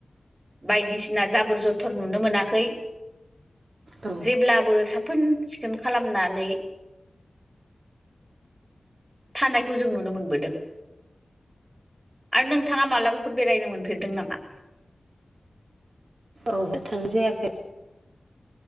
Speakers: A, on the right; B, on the right.
A: बायदिसिना जाबोर ज'थर नुनो मोनाखै।
B: औ
A: जेब्लाबो साखोन सिखोन खालामनानै थानायखौ जों नुनो मोनबोदों। आरो नोंथाङा मालाबाफोर बेरायनो मोनफेरदों नामा?
B: औ थांनाय जायाखै